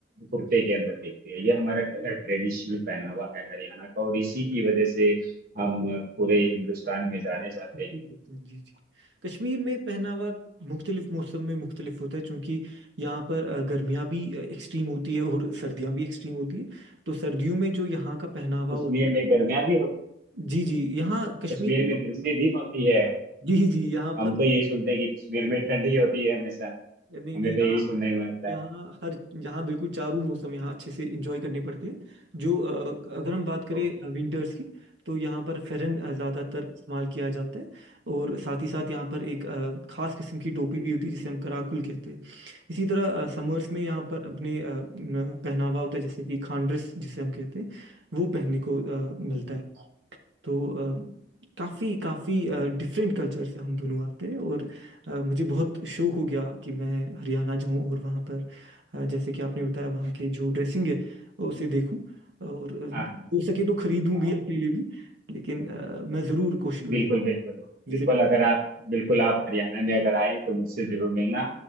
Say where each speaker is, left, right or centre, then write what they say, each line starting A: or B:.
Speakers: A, on the right; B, on the right.
A: कुर्ते के अंदर दिखती है ये हमारा ट्रेडिशनल पहनावा है हरियाणा का और इसी की वजह से हम पूरे हिंदुस्तान में जाने जाते
B: जी
A: हैं
B: बिल्कुल, जी जी कश्मीर में पहनावा मुख्तलिफ मौसम में मुख्तलिफ होता है क्योंकि यहाँ पर अ, गर्मियाँ भी एक्सट्रीम होती है और सर्दियाँ भी एक्सट्रीम होती है तो सर्दियों में जो यहाँ का पहनावा
A: कश्मीर
B: होता है
A: में गर्मियाँ भी होती
B: जी जी यहाँ कश्मीर
A: कश्मीर में
B: <laughs>
A: गर्मी भी होती है
B: जी जी यहाँ
A: हम
B: पर
A: तो यही सुनते हैं कि कश्मीर में ठंडी होती है हमेशा
B: नहीं
A: हमें
B: नहीं
A: तो
B: यहाँ
A: यही सुनने में आता
B: यहाँ
A: है
B: हर यहाँ बिल्कुल चारों मौसम यहाँ अच्छे से इंजॉय करने पड़ते हैं जो अ, अगर हम बात करें
A: Okay
B: विंटर्स की तो यहाँ पर फेरन अ, ज़्यादातर इस्तेमाल किया जाता है और साथ ही साथ यहाँ पर एक अ, खास किस्म की टोपी भी होती है जिसे हम कराकुल कहते हैं इसी तरह समर्स में यहाँ
A: okay
B: पर अपने अ, न- पहनावा होता है जैसे कि खांड्रेस जिसे हम कहते हैं वो पहनने को अ, मिलता है तो अ, काफ़ी काफ़ी डिफरेंट कल्चर से हम दोनों आते हैं और अ, मुझे बहुत शौक हो गया कि मैं हरियाणा जाऊं और वहाँ पर अ, जैसे कि आपने बताया वहाँ की जो ड्रेसिंग है उसे देखूं और अ,
A: हाँ हाँ
B: हो सके तो खरीदूं
A: हाँ
B: भी अपने लिए भी लेकिन अ, मैं ज़रूर कोशिश करूंगा
A: बिल्कुल बिल्कुल
B: विजिट
A: बिल्कुल अगर आप बिल्कुल आप हरियाणा में अगर आए तो मुझसे जरूर मिलना